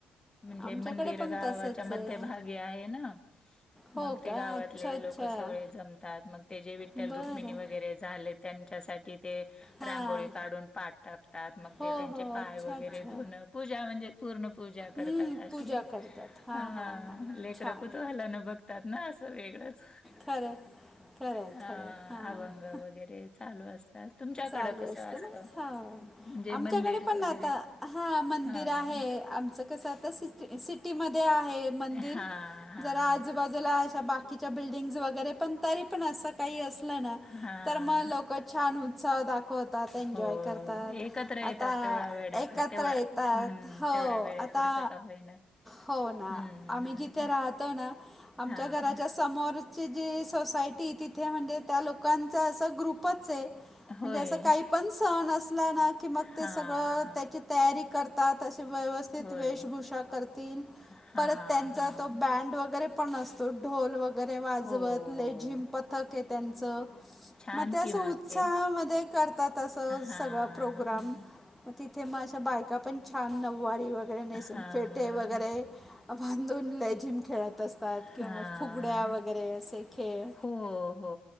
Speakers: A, on the left; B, in the centre.
A: म्हणजे
B: आमच्याकडे
A: मंदिर
B: पण
A: गावाच्या
B: तसंच
A: मध्यभागी
B: आहे
A: आहे ना.
B: हो
A: मग ते
B: का
A: गावातले
B: अच्छा अच्छा
A: लोक सगळे जमतात मग ते जे विठ्ठल
B: बरं
A: रुक्मिणी वगैरे झालेत- त्यांच्यासाठी. ते
B: हां
A: रांगोळी काढून पाठ टाकतात
B: हो
A: ते त्यांचे
B: हो
A: पाय
B: अच्छा
A: वगैरे
B: अच्छा
A: धुून पूजा म्हणजे पूर्ण पूजा करतात
B: हं,
A: अशी.
B: पूजा करतात हां
A: हा
B: हां हां
A: लेकरं
B: छान
A: कुतूहलाने बघतात ना असं वेगळंच.
B: खरं खरं आहे
A: अ
B: खरं आहे हां
A: अभंग वगैरे चालू असत. तर तुमच्याकडं
B: चालू
A: कसं
B: असते
A: असत
B: ना
A: म्हणजे
B: हा आमच्याकडे
A: मंदिर वगैरे.
B: पण आता हा मंदिर
A: हां.
B: आहे आमचं कसं आत सिटी सिटीमध्ये आहे. मंदिर
A: हां, हां,
B: जरा
A: हां.
B: आजूबाजूला अशा बाकीच्या बिल्डिंगज वगैरे पण तरीपण असं- काही असलं ना
A: हां,
B: तर मग लोकं छान उत्साह दाखवत- -तात एन्जॉय
A: हो.
B: करतात.
A: एकत्र
B: आता
A: येतात तेवढ्या वेळा
B: एकत्र
A: तेवढ्या
B: येतात
A: हं,
B: हो
A: तेवढ्या वेळेपुरतं
B: आत- -ता
A: का होईना.
B: हो ना
A: हं, हं,
B: आम्ही जिथे
A: हं.
B: राहतो. ना आमच्या
A: हां,
B: घराच्या
A: हां.
B: समोर- ते जे सोसायटी तिथे म्हणजे त्या लोकांचं असा ग्रुपच आहे.
A: होय.
B: म्हणजे असं काही पण सण असला ना की मग
A: हां,
B: ते सगळं
A: हां.
B: त्याची- तयारी करतात असे व्यवस्थित
A: होय.
B: वेशभूषा करतील.
A: हां,
B: परत त्यांचा
A: हां,
B: तो
A: हां.
B: बँड वगैरे- पण असतो ढोल वगैरे वाजवत
A: हो.
B: लेझिम पथक आहे त्यांच.
A: छान
B: मग ते असं
A: की मग
B: उत्साहामध्ये
A: ते.
B: करतात असं
A: हां,
B: सगळं प्रोग्राम.
A: हां.
B: मग तिथे मग अशा बायका पण छान नऊवारी वगैरे नेसून
A: हां,
B: फेटे वगैरे- बांधून लेझिम खेळत असतात
A: हां.
B: किंवा मग फुगड्या वगैरे असे- खेळ
A: हो हो